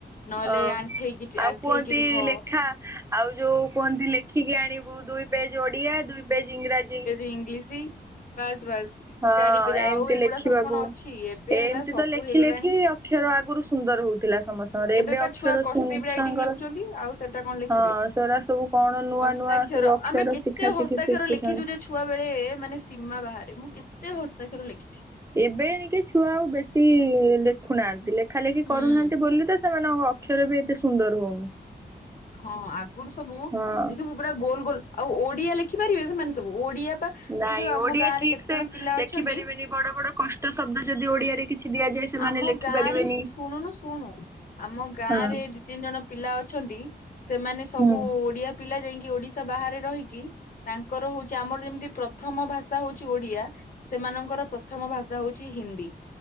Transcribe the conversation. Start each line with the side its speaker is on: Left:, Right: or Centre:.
Left: ନହେଲେ
Right: ହଁ
Left: ଆଣ୍ଠେଇକି
Right: ଆଉ
Left: ଆଣ୍ଠେଇକି
Right: କୁହନ୍ତି
Left: ରୁହ ହଁ
Right: ଲେଖା ଆଉ ଯୋଉ କୁହନ୍ତି ଲେଖିକି ଆଣିବୁ ଦୁଇ ପେଜ ଓଡ଼ିଆ ଦୁଇ ପେଜ ଇଙ୍ଗରାଜୀ।
Left: ଇଙ୍ଗଲିଶ୍। ବାସ୍ ବାସ୍।
Right: ହଁ
Left: ଚାରିପେଜ ଆଉ
Right: ଏମିତି
Left: ଏଗୁଡା
Right: ଲେଖିବାକୁ।
Left: ସବୁ କଣ ଅଛି ଏବେ
Right: ଏମିତି
Left: ହେଲା ସବୁ
Right: ତ ଲେଖି
Left: ହେଇଗଲାଣି।
Right: ଲେଖି ଅକ୍ଷର ଆଗରୁ ସୁନ୍ଦର ହଉଥିଲା ସମସ୍ତଙ୍କର
Left: ଏବେ ବା
Right: ଅକ୍ଷର
Left: ଛୁଆ କରସିବ
Right: ଶୁ
Left: ରାଇଟିଂ
Right: ଛୁଆଙ୍କର
Left: ଲେଖୁଛନ୍ତି ଆଉ। ସେଟା କଣ ଲେଖିବେ
Right: ହଁ ସେଗୁରା ସବୁ କଣ ନୂଆ
Left: ହସ୍ତାକ୍ଷର
Right: ନୂଆ ସବୁ ଅକ୍ଷର
Left: ଆମେ କେ
Right: ଶିଖା ଶିଖି
Left: ହସ୍ତାକ୍ଷର
Right: ଶିଖୁଛନ୍ତି।
Left: ଲେଖିଛୁ ଯେ ଛୁଆବେଳେ ମାନେ ସୀମା ବାହାରେ ମୁଁ କେତେ ହସ୍ତାକ୍ଷର ଲେଖିଛି।
Right: ଏବେଏଣିକି ଛୁଆ ଆଉ ବେଶୀ ଲେଖୁନାହାନ୍ତି ଲେଖାଲେଖି କରୁନାହାନ୍ତି।
Left: ହୁଁ।
Right: ଏତେ ବୋଲି ତ ସେମାନଙ୍କ ଅକ୍ଷର ବି ଏତେ ସୁନ୍ଦର ହଉନି।
Left: ହଁ ଆଗରୁ ସବୁ
Right: ହଁ।
Left: ଦେଖିବୁ ପୁରା ଗୋଲ ଗୋଲ ଆଉ ଓଡିଆ ଲେଖିପାରିବେ ସେମାନେ ସବୁ ଓଡିଆ ବା ଏଇ
Right: ନାଇଁ
Left: ଯୋଉ ଆମ
Right: ଓଡିଆ
Left: ଗାଁ
Right: ଠିକ
Left: ରେ କେତେ
Right: ସେ
Left: ଜଣ ପିଲା
Right: ଲେଖି
Left: ଅଛନ୍ତି।
Right: ପାରିବେନି ବଡ ବଡ କଷ୍ଟ ଶବ୍ଦ ଯଦି ଓଡିଆରେ କି ଦିଆଯାଏ। ସେମାନେ
Left: ଆମ
Right: ଲେଖି
Left: ଗାଁରେ
Right: ପାରିବେନି।
Left: ଶୁଣୁନୁ ଶୁଣୁ ଆମ ଗାଁରେ
Right: ହଁ
Left: ତିନି ଜଣ ପିଲା ଅଛନ୍ତି ସେମାନେ ସବୁ
Right: ହୁଁ।
Left: ଓଡିଆ ପିଲା ଯାଇକି ଓଡିଶା ବାହାରେ ରହିକି ତାଙ୍କର ହଉଛି ଆମର ଯେମିତି ପ୍ରଥମ ଭାଷା ହଉଛି ଓଡିଆ। ସେମାନଙ୍କର ପ୍ରଥମ ଭାଷା ହଉଛି ହିନ୍ଦୀ।